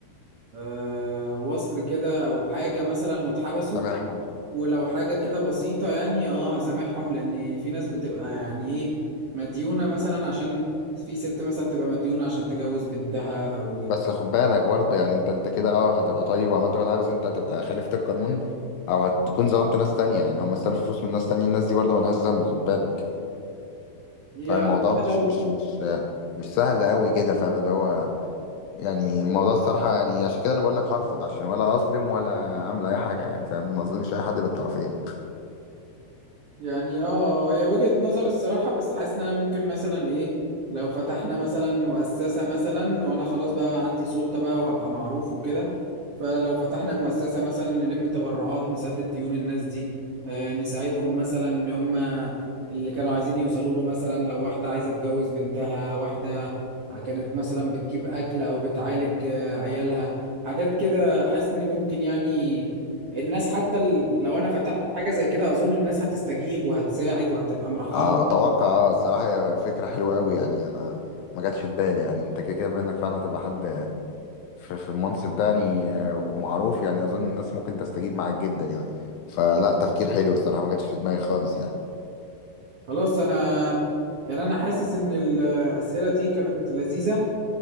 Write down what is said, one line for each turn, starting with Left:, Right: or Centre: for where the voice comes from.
Right: آه وصل كده او حاجة مثلا واتحبسوا
Left: سامحهم
Right: ولو حاجة كده بسيطة يعني اه هسامحهم لان في ناس بتبقى يعني ايه مديونة مثلا عشان في ست مثلا تبقى مديونة عشان تجوز بنتها او
Left: بس خد بالك برضه يعني انت انت كده اه هتبقى طيب وعملت كل حاجه بس انت هتبقى خالفت القانون او هتكون ظلمت ناس تانية يعني هم استلفوا فلوس من ناس تانية الناس دي برضه ملهاش ذنب خد بالك
Right: يعني
Left: فالموضوع مش
Right: لو
Left: مش مش مش سهل قوي كده فاهم اللي هو يعني الموضوع الصراحه يعني عشان كده انا بقول لك هرفض عشان ولا اظلم ولا اعمل اي حاجه يعني فاهم ما اظلمش اي حد من الطرفين
Right: يعني اه هي وجهة نظر الصراحة بس حاسس ان انا ممكن مثلا ايه لو فتحنا مثلا مؤسسة مثلا وانا خلاص بقى عندي سلطة بقى وهبقى معروف وكده فلو فتحنا مؤسسة مثلا نلم تبرعات نسدد ديون الناس دي آه نساعدهم مثلا ان هم اللي كانوا عايزين يوصلوا له مثلا لو واحدة عايزة تجوز بنتها واحدة كانت مثلا بتجيب اكل او بتعالج آه، عيالها حاجات كده حاسس اني ممكن يعني الناس حتى ال- لو انا فتحت حاجه زي كده اظن الناس هتستجيب وهتساعد وهتبقى مرحبه
Left: اه
Right: جدا
Left: اتوقع اه الصراحه هي فكره حلوه قوي يعني انا ما جاتش في بالي يعني انت كده كده بانك فعلا تبقى حد في, في المنصب ده يعني آه، ومعروف يعني اظن الناس ممكن تستجيب معاك جدا يعني فلا تفكير حلو الصراحه ما جاتش في دماغي خالص يعني
Right: خلاص انا يعني انا حاسس ان الاسئله دي كانت لذيذه